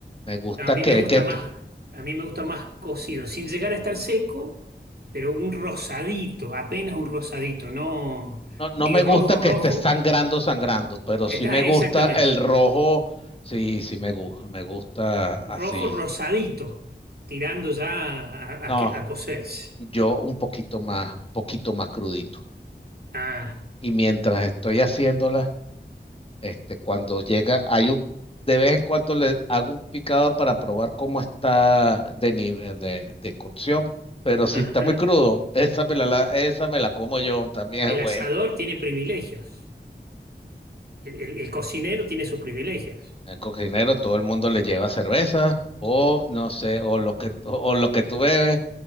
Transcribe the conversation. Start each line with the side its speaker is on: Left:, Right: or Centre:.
Left: Me gusta
Right: A mí
Left: que,
Right: me gusta
Left: que t-
Right: más, a mí me gusta más cocido, sin llegar a estar seco, pero un rosadito, apenas un rosadito, no
Left: no, no
Right: ni
Left: me
Right: rojo
Left: gusta
Right: rojo.
Left: que esté sangrando, sangrando, pero
Right: Está
Left: sí me gusta
Right: exactamente.
Left: el rojo. Sí, sí me gusta, me gusta así.
Right: Rojo rosadito, tirando ya a,
Left: No.
Right: a que- a cocerse.
Left: yo un poquito más, poquito más crudito.
Right: Ah,
Left: Y mientras estoy haciéndola, este, cuando llega, hay un, de vez en cuando le hago un picado para probar cómo está de nivel de, de cocción. Pero si
Right: ajá.
Left: está muy crudo, <laughs> esa me la, la- esa me la como yo, también
Right: El
Left: <laughs> es bueno.
Right: asador tiene privilegios. El, el- el cocinero tiene sus privilegios.
Left: El cocinero, todo el mundo le lleva cerveza, o no sé, o lo que, o, o lo que tú bebes,